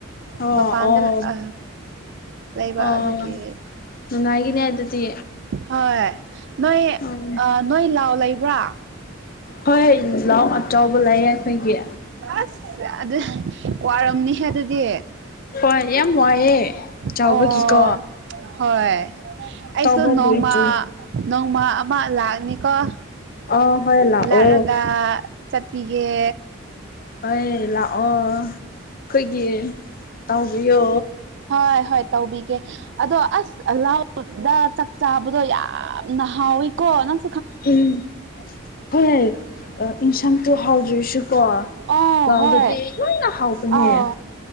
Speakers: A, on the left; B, on the right.
A: ꯑꯣ
B: ꯃꯄꯥꯟꯗ
A: ꯑꯣ
B: ꯑ ꯂꯩꯕ
A: ꯑꯣ
B: ꯑꯗꯨꯒꯤ
A: ꯅꯨꯡꯉꯥꯏꯒꯅꯤ ꯑꯗꯨꯗꯤ
B: ꯍꯣꯏ ꯅꯣꯏ
A: ꯎꯝ
B: ꯅꯣꯏ ꯂꯧꯂꯩꯕ꯭ꯔꯥ
A: ꯍꫭꯏ ꯂꯧ ꯑꯆꯧꯕꯥ ꯂꯩꯌꯦ ꯑꯩꯈꯣꯏꯒꯤ
B: ꯑꯁ ꯑꯗꯨ ꯋꯥꯔꯝꯅꯤꯍꯦ ꯑꯗꯨꯗꯤ
A: ꯍꯣꯏ ꯌꯥꯝ ꯋꯥꯏꯑꯦ ꯆꯥꯎꯕꯒꯤꯀꯣ
B: ꯑꯣ ꯍꯣꯏ ꯑꯩꯁꯨ
A: ꯇꯧꯕ
B: ꯅꯣꯡꯃ
A: ꯂꯣꯏꯗ꯭ꯔꯤ
B: ꯅꯣꯡꯃ ꯑꯃ ꯂꯥꯛꯅꯤꯀꯣ
A: ꯑ ꯍꯣꯏ ꯂꯥꯛꯑꯣ
B: ꯂꯥꯠꯂꯒ ꯆꯠꯄꯤꯒꯦ
A: ꯍꯣꯏ ꯂꯥꯛꯑꯣ ꯑꯩꯈꯣꯏꯒꯤ ꯇꯥꯎꯕꯤꯌꯣ
B: ꯍꯣꯏ ꯍꯣꯏ ꯇꯧꯕꯤꯒꯦ ꯑꯗꯣ ꯑꯁ ꯑꯥꯎ ꯈꯨꯗ ꯆꯥꯛ ꯆꯥꯕꯗꯣ ꯌꯥꯝꯅ ꯍꯥꯎꯋꯤꯀꯣ ꯅꯪ
A: ꯎꯝ ꯍꯣꯏ ꯏꯟꯁꯥꯟ ꯊ ꯍꯥꯎꯖꯣꯏꯁꯨ ꯀꯣ
B: ꯑꯣ
A: ꯂꯥꯎꯗꯗꯤ
B: ꯍꯣꯏ
A: ꯂꯣꯏꯅ ꯍꯥꯎꯕꯅꯦ
B: ꯑꯥꯎ